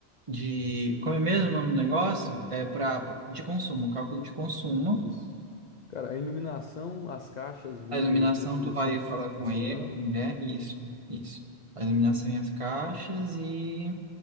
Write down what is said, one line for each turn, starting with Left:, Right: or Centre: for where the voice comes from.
Right: de... Como é mesmo o nome do negócio? É pra, de consumo, cálculo de consumo.
Left: isso. Cara, a iluminação, as caixas, ver,
Right: A iluminação,
Left: ver se
Right: tu
Left: estão
Right: vai
Left: su-
Right: falar com
Left: funcionando.
Right: ele, com a mulher, isso, isso. A iluminação e as caixas e